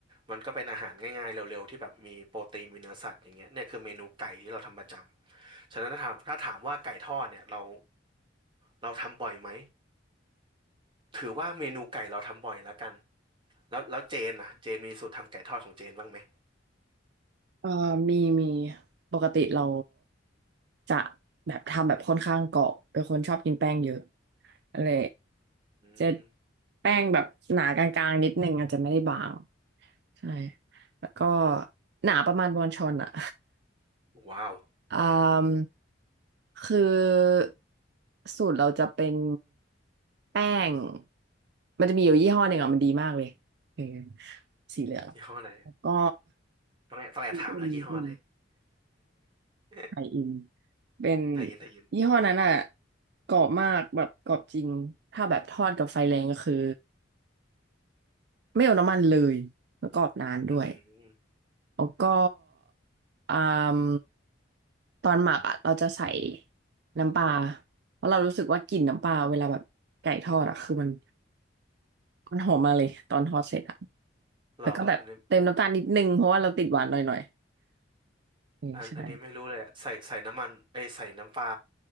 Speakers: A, on the right; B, on the right.
A: มันก็เป็นอาหารง่ายๆเร็วๆที่แบบมีโปรตีนมีเนื้อสัตว์อย่างเงี้ยเนี่ยคือเมนูไก่ที่เราทำประจำฉะนั้นถ้าถามถ้าถามว่าไก่ทอดเนี่ยเราเราทำบ่อยไหมถือว่าเมนูไก่เราทำบ่อยแล้วกันแล้วแล้วเจนนะเจนมีสูตรทำไก่ทอดของเจนบ้างไหม
B: เออมีมีปกติเราจะแบบทำแบบค่อนข้างกรอบเป็นคนชอบกินแป้งเยอะอะไร
A: อืม
B: จะแป้งแบบหนากลางๆนิดนึงอาจจะไม่ได้บางใช่แล้วก็หนาประมาณบอนชอนอะ
A: ว้าว
B: อ่ามคือสูตรเราจะเป็นแป้งมันจะมีอยู่ยี่ห้อหนึ่งอ่ะมันดีมากเลยเออสีเหลือง
A: ยี่ห้ออะไร
B: แล้วก็
A: ต้องแอบต้องแอบถามแล้วยี่ห้ออะไร
B: เป็นเป็น
A: <laughs>
B: ไข่อินเป็น
A: ทายินทายิน
B: ยี่ห้อนั้นอ่ะกรอบมากแบบกรอบจริงถ้าแบบทอดกับไฟแรงก็คือ
A: อืม
B: ไม่เอาน้ำมันเลยแล้วกรอบนานด้วย
A: อืม
B: แล้วก็อ่ามตอนหมักอ่ะเราจะใส่น้ำปลาเพราะเรารู้สึกว่ากลิ่นน้ำปลาเวลาแบบไก่ทอดอ่ะคือมันมันหอมมาเลยตอนทอดเสร็จอ่ะ
A: เหรออันนี้
B: แล้วก็แบบเติมน้ำตาลนิดนึงเพราะว่าเราติดหวานหน่อยหน่อยอืมใช่
A: อันอันนี้ไม่รู้เลยอะใส่ใส่น้ำมันไอยใส่น้ำปลา